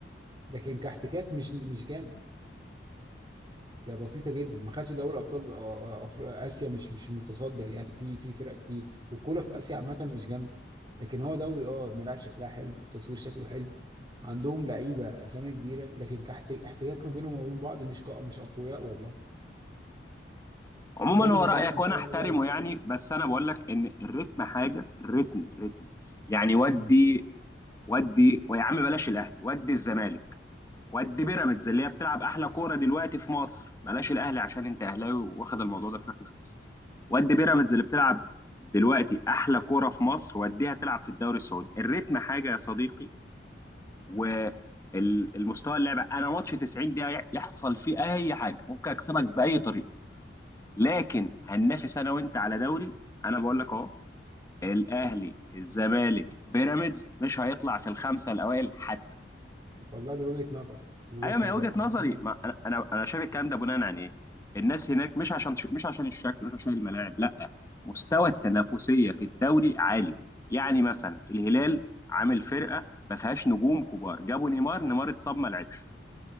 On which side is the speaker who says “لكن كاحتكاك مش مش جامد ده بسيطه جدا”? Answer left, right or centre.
Right